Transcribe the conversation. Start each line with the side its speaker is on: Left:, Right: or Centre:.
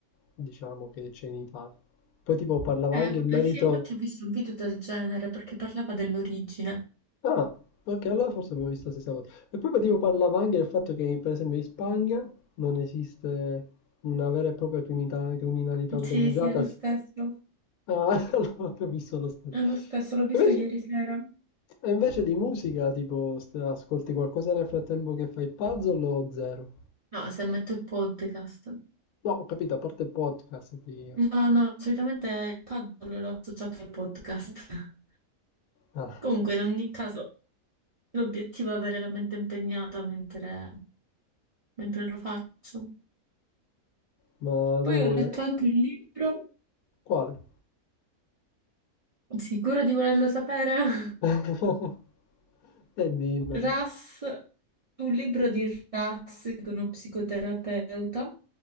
Left: diciamo, che c'è in Italia. Poi tipo parlava
Right: Eh,
Left: anche
Right: vabbè,
Left: in merito
Right: sì, infatti ho visto un video del genere perché parlava dell'origine.
Left: Ah, ok, allora forse abbiamo visto la stessa cosa. E poi tipo parlava anche del fatto che, per esempio, in Spagna non esiste una vera e propria criminalità, criminalità organizzata.
Right: Sì, sì, è lo stesso.
Left: Ah, <laughs> allora ho visto lo stesso.
Right: È lo stesso, l'ho visto
Left: Invece,
Right: ieri sera.
Left: e invece di musica, tipo, st- ascolti qualcosa nel frattempo che fai puzzle o zero?
Right: No, se metto il podcast.
Left: No, ho capito, a parte il podcast. di-
Right: No, no, solitamente il paddle l'ho associato al podcast. <laughs>
Left: Ah,
Right: Comunque, in ogni caso, l'obiettivo è avere la mente impegnata mentre, mentre lo faccio.
Left: ma
Right: Poi
Left: lei vuole...
Right: ho letto anche un libro,
Left: Quale?
Right: sicuro di volerlo sapere? <laughs>
Left: <laughs> E dimmelo.
Right: Ras, un libro di Ras, che è uno psicoterapeuta,